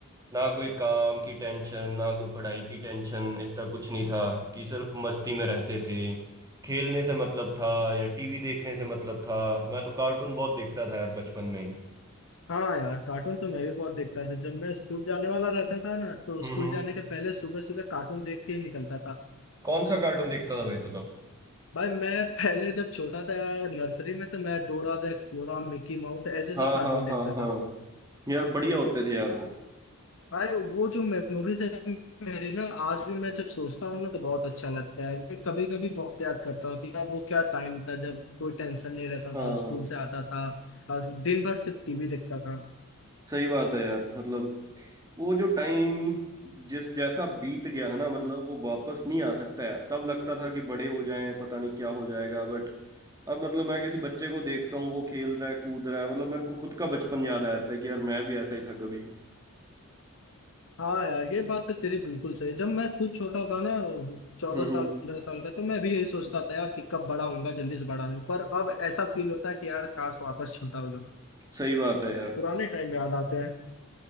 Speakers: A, on the right; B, on the left.
A: ना कोई काम की टेंशन ना कोई पढ़ाई की टेंशन इतना कुछ नहीं था कि सिर्फ मस्ती में रहते थे खेलने से मतलब था या टीवी देखने से मतलब था मैं तो कार्टून बहुत देखता था यार बचपन में
B: हाँ यार कार्टून तो मैं भी बहुत देखता था जब मैं स्कूल जाने वाला रहता था ना तो
A: हम्म
B: स्कूल
A: हम्म
B: जाने के पहले सुबह सुबह कार्टून देख के ही निकलता था
A: कौन सा कार्टून देखता था भाई तो तब
B: भाई मैं पहले जब छोटा था नर्सरी में तो मैं Dora the Explorer Mickey Mouse ऐसे
A: हाँ
B: सब कार्टून
A: हाँ
B: देखता
A: हाँ हाँ
B: था
A: यार बढ़िया होते थे यार वो
B: भाई वो जो मेमोरीज है मेरी ना आज भी मैं जब सोचता हूँ ना तो बहुत अच्छा लगता है मैं कभी कभी बहुत याद करता हूँ कि यार वो क्या टाइम था जब कोई टेंशन नहीं रहता
A: हाँ
B: था स्कूल से आता था और दिन भर सिर्फ टीवी देखता था
A: सही बात है यार मतलब वो जो टाइम जिस जैसा बीत गया है ना मतलब वो वापस नहीं आ सकता यार तब लगता था कि बड़े हो जाएं पता नहीं क्या हो जाएगा बट अब मतलब मैं किसी बच्चे को देखता हूँ वो खेल रहा है कूद रहा है मतलब मेरे को खुद का बचपन याद आ जाता है कि यार मैं भी ऐसा ही था कभी
B: हाँ यार ये बात तो तेरी बिल्कुल सही है। जब मैं खुद छोटा था ना चौदह
A: हम्म
B: साल
A: हम्म,
B: पंद्रह साल का तो मैं भी यही सोचता था यार कि कब बड़ा होऊंगा जल्दी से बड़ा हूँ पर अब ऐसा फील होता है कि यार काश वापस छोटा हो जाऊं
A: सही बात है यार
B: पुराने टाइम याद आते हैं